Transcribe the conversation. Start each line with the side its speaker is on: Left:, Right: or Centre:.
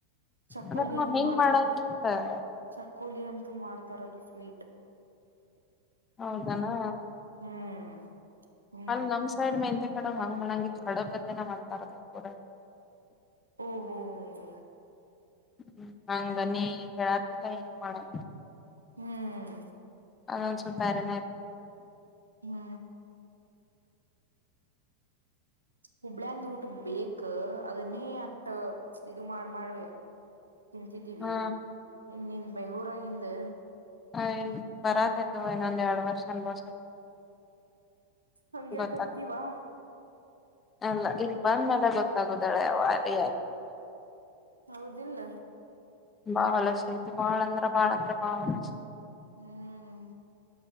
Right: ಚಕ್ಕೋಲಿ
Left: ಅಂದ್ರ ನಾವ್
Right: ಅಂತ
Left: ಹೆಂಗ್
Right: ಮಾಡ್ತಾರೆ
Left: ಮಾಡಂಗಿಲ್ಲ
Right: ಚ ಕೋಲಿ ಅಂತೂ ಮಾಡ್ತಾರೋದು ಸ್ವೀಟ್
Left: ಹೌದನಾ
Right: ಹ್ಮ್ ಹ್ಮ್
Left: ಅಲ್ ನಮ್ ಸೈಡ್ ಮ್ಯಾಂತ್ಯ ಕಡ ಹಂಗ ಮಾಡಳಂಗಿದ್ ಕಡ ಬತನ ಮಾಡ್ತಾರದ್ ಪೂರ
Right: ಓ ಹೋ ಹ
Left: ಹ್ಮ ಹಂಗ ನೀ ಹೇಳತಿಲ್ಲ ಹೆಂಗ್ ಮಾಡಲ
Right: ಹ್ಮ್
Left: ಅನ್ ಸಪಾರನ
Right: ಹ್ಮ ಹುಬ್ಳ್ಯಂದ್ ಊಟ ಬೇಕ ಅದನ್ನೇ ಅಷ್ಟ ಇದು ಮಾಡ ಮಾಡ ತಿಂತಿದ್ದೀವಿ
Left: ಹಾ
Right: ಇನ್ನನ್ ಬೆಂಗ್ಳೂರಾಗಿದ
Left: ಹ್ ಬರಾತತವ ಇನ್ನೊಂದ್ ಎರಡ್ ವರ್ಷ ಅನ್ಬೋ
Right: ಹಂಗ್ಯಾಕಂತೀವಾ
Left: ಗೊತ್ತಾಗ ಅಲ್ಲ ಇಲ್ ಬಂದ್ ಮೇಲೆ ಗೊತ್ತಾಗೋದಾಳೆ ಅವ ರಾರಿ
Right: ಹೌದಿಲ್ಲ
Left: ಬಾಲಸ ಐತಿ ಬಾಳ ಅಂದ್ರ ಬಾಳ ಅಂದ್ರ ಬಾ ಅಲಸ
Right: ಹ್ಮ್